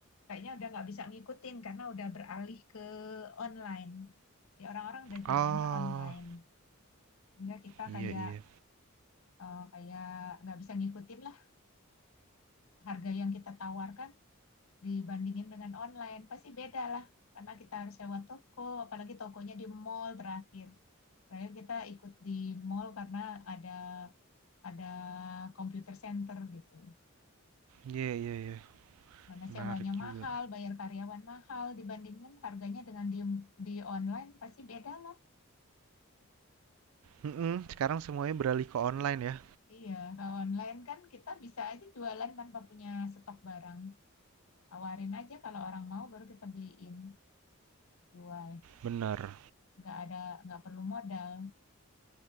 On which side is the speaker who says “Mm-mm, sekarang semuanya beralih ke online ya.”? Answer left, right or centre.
Right